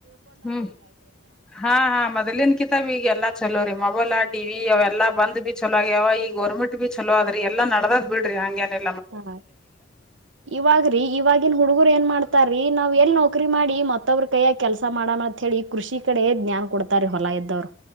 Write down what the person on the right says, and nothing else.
ಹಾ ಇವಾಗ್ರೀ ಇವಾಗಿವಾಗಿನ್ ಹುಡುಗರು ಏನ್ ಮಾಡ್ತಾರೀ ನಾವ್ ಎಲ್ ನೌಕರಿ ಮಾಡಿ ಮತ್ತವ್ರ ಕೈಯ ಕೆಲ್ಸ ಮಾಡಮ್ಮ ಅತ್ ಹೇಳಿ ಕೃಷಿ ಕಡೆ ಜ್ಞಾನ್ ಕೊಡ್ತಾರ ಹೊಲಾ ಎದ್ದವ್ರು